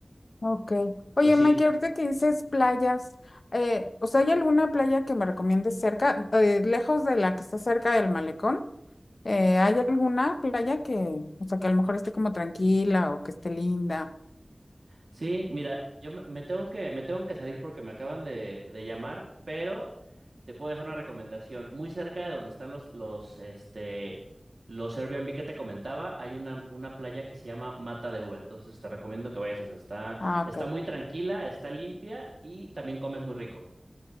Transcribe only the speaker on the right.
Entonces,
sí,
Sí, mira, yo me, me tengo que, me tengo que salir porque me acaban de, de llamar, pero te puedo dejar una recomendación. Muy cerca de donde están los, los, este, los Airbnb que te comentaba, hay una, una playa que se llama Mata de Uva. Entonces te recomiendo que vayas a esa. Está,
está
muy tranquila, está limpia y también comes muy rico.